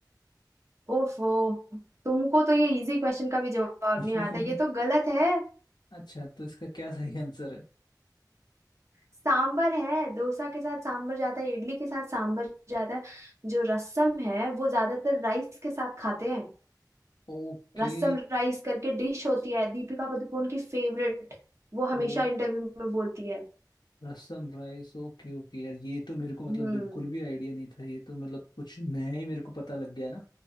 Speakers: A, on the right; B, on the left.
A: ओफो तुमको तो ये इजी क्वेश्चन का भी जवाब
B: है
A: नहीं आता ये
B: <laughs>
A: तो गलत है
B: अच्छा तो इसका क्या सही आंसर है
A: सांबर है डोसा के साथ सांबर जाता है इडली के साथ सांबर जाता है जो रसम है वो ज्यादातर राइस के साथ खाते हैं
B: ओके
A: रसम राइस करके डिश होती है दीपिका पादुकोण की फेवरेट वो हमेशा
B: ओ
A: इंटरव्यू में बोलती है
B: रसम राइस ओके ओके यार ये तो मेरे को मतलब
A: हम्म
B: बिल्कुल भी आइडिया नहीं था ये तो मतलब कुछ नया ही मेरे को पता लग गया ना